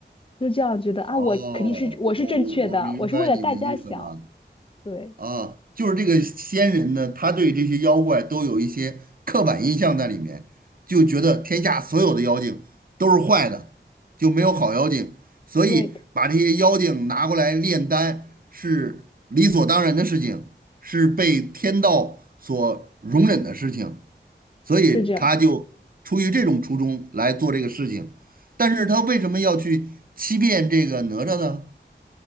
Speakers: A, on the left (about 30°); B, on the right (about 50°).
A: 就这样觉得啊，
B: 哦，
A: 我肯定是我是正确的，
B: 我我我明白你的意思了。
A: 我是为了大家想，对
B: 啊，就是这个仙人呢，他对这些妖怪都有一些刻板印象在里面，就觉得天下所有的妖精都是坏的，就没有好妖精，所以把这些妖精拿过来炼丹是理所当然的事情，
A: 对，
B: 是被天道所容忍的事情，所以他就出于这种初衷来做这个事情。
A: 是这样，
B: 但是他为什么要去欺骗这个哪吒呢？